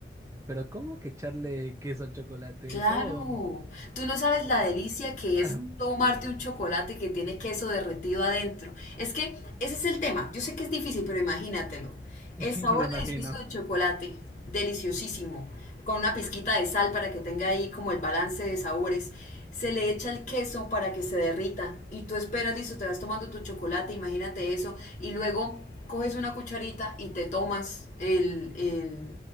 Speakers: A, on the right (about 15°); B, on the left (about 40°).
A: pero ¿cómo que echarle queso al chocolate?
B: Claro,
A: Eso
B: tú no sabes la delicia que
A: ah,
B: es tomarte un chocolate que tiene queso derretido adentro. Es que ese es el tema. Yo sé que es difícil, pero imagínatelo. El
A: <laughs>
B: sabor
A: lo imagino.
B: delicioso del chocolate, deliciosísimo, con una pizquita de sal para que tenga ahí como el balance de sabores. Se le echa el queso para que se derrita y tú esperas, listo, te vas tomando tu chocolate, imagínate eso, y luego coges una cucharita y te tomas el, el